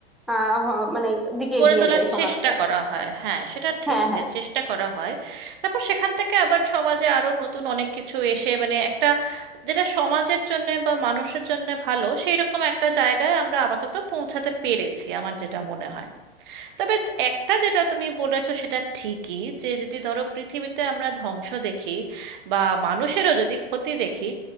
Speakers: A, in the centre; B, on the right.
A: আহ হ- মানে দিকে
B: গড়ে
A: এগিয়ে
B: তোলার
A: যায় সমাজটা
B: চেষ্টা করা হয় হ্যাঁ সেটা ঠিক
A: হ্যাঁ
B: মানে
A: হ্যাঁ
B: চেষ্টা করা হয় তারপর সেখান থেকে আবার সমাজে আরো নতুন অনেক কিছু এসে মানে একটা যেটা সমাজের জন্য বা মানুষের জন্য ভালো সেই রকম একটা জায়গায় আমরা আপাতত পৌঁছাতে পেরেছি আমার যেটা মনে হয় তবে একটা যেটা তুমি বলেছো সেটা ঠিকই যে যদি ধরো পৃথিবীতে আমরা ধ্বংস দেখি বা মানুষেরও যদি ক্ষতি দেখি